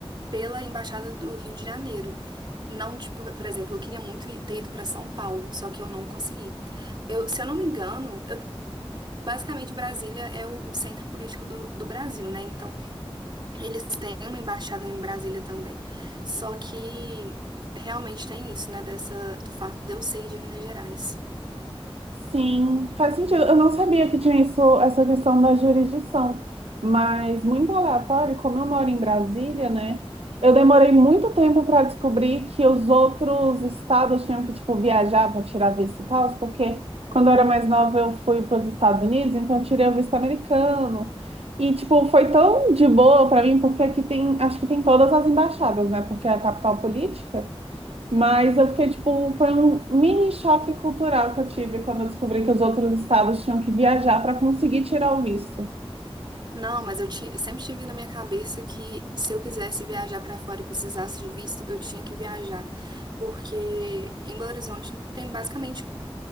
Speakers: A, on the right (about 50°); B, on the right (about 80°).
A: pela Embaixada do Rio de Janeiro. Não, tipo, por exemplo, eu queria muito ir- ter ido para São Paulo, só que eu não consegui. Eu, se eu não me engano, eu- basicamente Brasília é o, o centro político do, do Brasil, né? Então, eles têm uma embaixada em Brasília também. Só que realmente tem isso, né? Dessa, do fato de eu ser de Minas Gerais.
B: Sim, faz sentido. Eu não sabia que tinha isso, essa questão da jurisdição, mas muito aleatório, como eu moro em Brasília, né? Eu demorei muito tempo para descobrir que os outros estados tinham que, tipo, viajar para tirar visto e tal, porque quando eu era mais nova eu fui para os Estados Unidos, então eu tirei o visto americano. E, tipo, foi tão de boa para mim, porque aqui tem, acho que tem todas as embaixadas, né? Porque é a capital política. Mas eu fiquei, tipo, foi um mini choque cultural que eu tive quando eu descobri que os outros estados tinham que viajar para conseguir tirar o visto.
A: Não, mas eu tinha, eu sempre tive na minha cabeça que se eu quisesse viajar para fora e precisasse de visto, eu tinha que viajar. Porque em Belo Horizonte tem basicamente